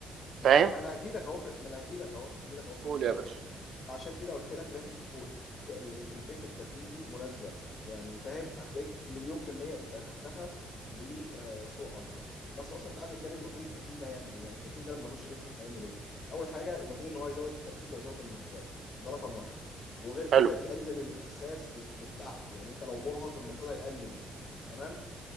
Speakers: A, on the left; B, on the right.
A: ما
B: فاهم
A: ما انا هجي لك اهو في... ما انا هجي لك اهو هجي لك اهو في
B: قول
A: الموضوع
B: يا باشا
A: ده انا عشان كده قلت لك لازم تكون ك- ال- الكميه الكافيين دي مناسبه يعني فاهم هتلاقيك مليون في الميه انت اخدتها بصوره اكبر بس اصلا تعال نتكلم المفروض الكافيين ده هيعمل ايه يعني الكافيين ده لما يخش جسمك هيعمل ايه اول حاجه المفروض ان هو يزود التركيز ويزود الانتباه ده رقم واحد وغير كده
B: حلو
A: بيقلل الاحساس بت- بالتعب يعني انت لو مرهق المفروض هيقلل ده تمام